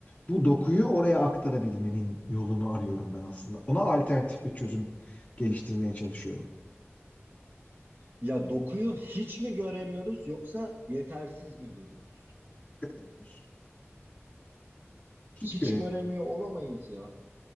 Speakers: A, on the left; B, on the right.
A: Bu dokuyu oraya aktarabilmenin yolunu arıyorum ben aslında. Ona alternatif bir çözüm geliştirmeye çalışıyorum.
B: ya dokuyu hiç mi göremiyoruz yoksa yetersiz mi görüyoruz?
A: Göremiyoruz. Hiç
B: Hiç
A: göremiyorum.
B: göremiyor olamayız ya.